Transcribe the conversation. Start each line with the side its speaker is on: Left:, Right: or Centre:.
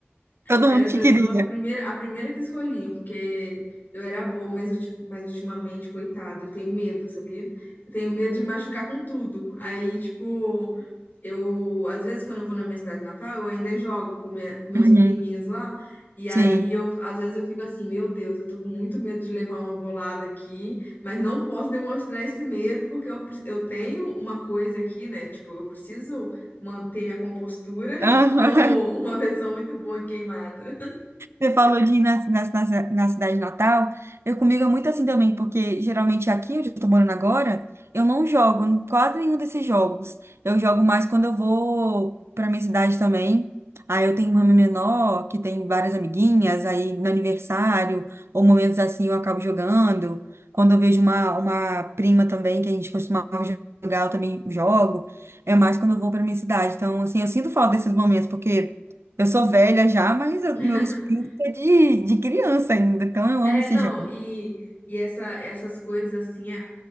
Right: Todo
Left: Era
Right: mundo
Left: a pessoa
Right: te queria.
Left: a primeira, a primeira que escolhiam, porque eu era boa, mas, ulti- mas ultimamente, coitada, eu tenho medo, sabia? Eu tenho medo de me machucar com tudo. Aí, tipo, eu, às vezes, quando eu vou na minha cidade natal, eu ainda jogo com, minha- com meus
Right: Uhum.
Left: priminhos lá. E aí,
Right: Sim.
Left: eu, às vezes, eu fico assim, meu Deus, eu tô com muito medo de levar uma bolada aqui, mas não posso demonstrar esse medo, porque eu, pre- eu tenho uma coisa aqui, né? Tipo, eu preciso manter minha compostura
Right: Aham.
Left: como uma pessoa muito boa em queimada.
Right: Você falou de ir na, na, na, na cidade natal. Eu comigo é muito assim também, porque geralmente aqui onde eu tô morando agora, eu não jogo em quase nenhum desses jogos. Eu jogo mais quando eu vou pra minha cidade também. Aí eu tenho uma irmã menor que tem várias amiguinhas, aí no aniversário, ou momentos assim eu acabo jogando. Quando eu vejo uma, uma prima também, que a gente costumava jogar, eu também jogo. É mais quando eu vou pra minha cidade. Então, assim, eu sinto falta desses momentos, porque. Eu sou velha já, mas eu-
Left: <laughs>
Right: meu espírito é de, de criança ainda, então eu
Left: É,
Right: amo esse
Left: não,
Right: jogo.
Left: e, e essa, essas coisas assim é,